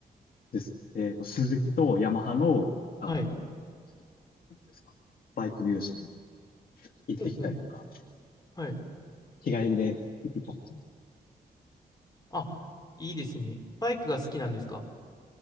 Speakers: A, on the left; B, on the left.
A: です。えっと、スズキとヤマハの、
B: はい。
A: あの、なんていうんですか、バイクミュージアムみたいな行ってきたりとか、
B: ほうほう。はい。
A: 日帰りで行ってきました。
B: あ、いいですね。バイクが好きなんですか